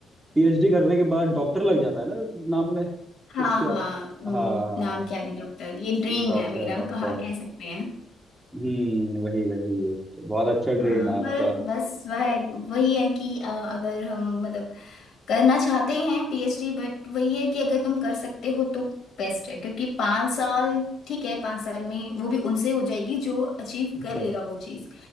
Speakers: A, on the right; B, on the left.
A: पीएचडी करने के बाद डॉक्टर लग जाता है ना नाम में
B: हाँ
A: उसके
B: हाँ उम,
A: हाँ
B: नाम के आगे डॉक्टर ये ड्रीम
A: डॉक्टर
B: है मेरा
A: डॉक्टर
B: कहा कह सकते हैं
A: हम्म वही वही बहुत अच्छा ड्रीम
B: हाँ,
A: है आपका
B: पर बस वह वही है कि अ, अगर हम मतलब करना चाहते हैं पीएचडी बट वही है कि अगर तुम कर सकते हो तो बेस्ट है क्योंकि पाँच साल ठीक है पाँच साल में वो भी उनसे हो जाएगी जो अचीव
A: अच्छा
B: कर लेगा वो चीज़